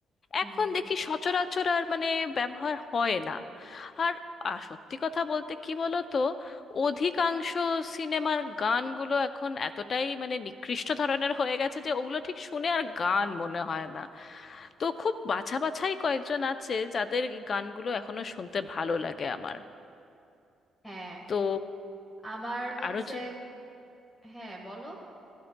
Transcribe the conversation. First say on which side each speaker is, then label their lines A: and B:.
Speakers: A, on the left (about 15°); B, on the left (about 50°).
A: হুম
B: এখন দেখি সচরাচর আর মানে ব্যবহার হয় না আর আ, সত্যি কথা বলতে কি বলতো অধিকাংশ সিনেমার গানগুলো এখন এতটাই মানে নিকৃষ্ট ধরনের হয়ে গেছে যে ওগুলো ঠিক শুনে আর গান মনে হয় না তো খুব বাছা বাছাই কয়েকজন আছে যাদের এই গানগুলো এখনো শুনতে ভালো লাগে আমার
A: হ্যাঁ
B: তো
A: আমার হচ্ছে
B: আরো চ-
A: হ্যাঁ বলো